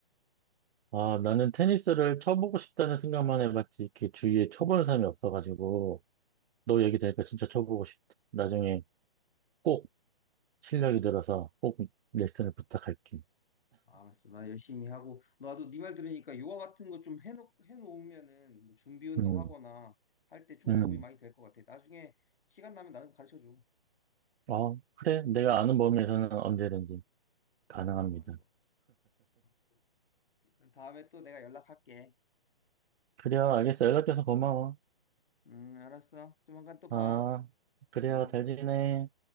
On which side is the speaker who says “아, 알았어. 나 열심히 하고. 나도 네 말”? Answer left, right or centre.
Left